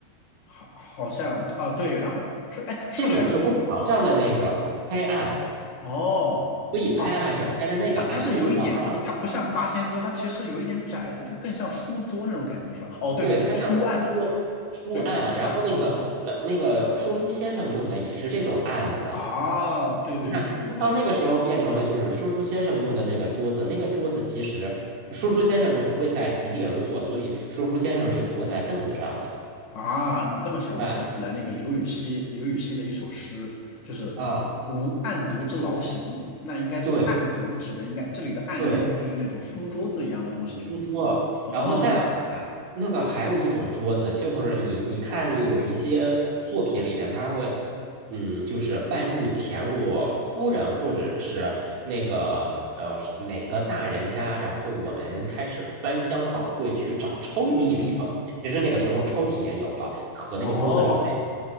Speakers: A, on the left; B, on the right.
A: 好好像啊对，然后是哎是不是还有
B: 这种是工堂上的那个拍案，
A: 哦？
B: 所以拍案是拍的那个案，
A: 哦，它它是有一点，
B: 那个叫案，
A: 就是它不像八仙桌，它其实有一点窄的，就更像书桌那种感觉，是吧？哦，对，
B: 对，它像书桌书案，
A: 书案，对，书案，
B: 然后那个呃那个说书先生用的也是这种案子，
A: 嗯嗯，啊，对对对对对，
B: 你看，到那个时候变成了就是说书先生用的那个桌子，那个桌子其实说书先生就不会再席地而坐，所以说书先生是坐在凳子上的，
A: 啊，你这么想，
B: 对吧？
A: 我想起来那个刘禹锡，刘禹锡的一首诗，就是“无案牍之劳形”，
B: 啊，
A: 那应该这个案牍指的应该这里的案应该就是那种书桌子一样的东西。
B: 对对。书桌，
A: 哦，
B: 然后再往下，那个还有一种桌子，就是你你看有一些作品里边，它会，嗯，就是半入潜入夫人或者是那个呃是哪个大人家，然后我们开始翻箱倒柜去找抽屉里头。
A: 嗯嗯，
B: 其实那个时候抽屉也有了，和那个桌子是配，
A: 哦，